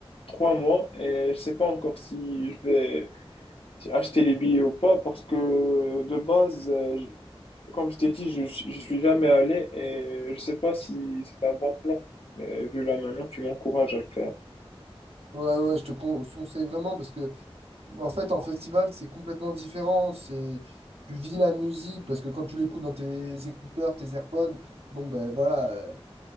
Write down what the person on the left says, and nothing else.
trois mois et je sais pas encore si je vais si acheter les billets ou pas parce que de base, euh, je- comme je t'ai dit, je, je suis jamais allé et je sais pas si c'est un bon plan. Mais vu là maintenant, tu m'encourages à le faire.